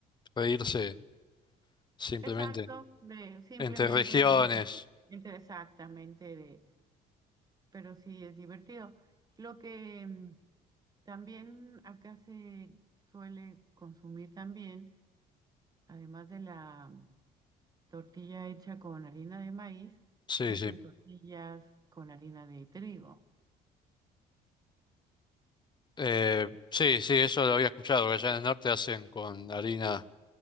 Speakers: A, on the left; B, on the right.
A: reírse simplemente
B: Exacto, de simplemente,
A: entre regiones.
B: exactamente de pero sí es divertido. Lo que mm, también acá se suele consumir también, además de la mm, tortilla hecha con harina de maíz,
A: Sí,
B: se hacen
A: sí.
B: tortillas con harina de trigo.
A: Eh, sí, sí, eso lo había escuchado, que allá en el norte hacen con harina,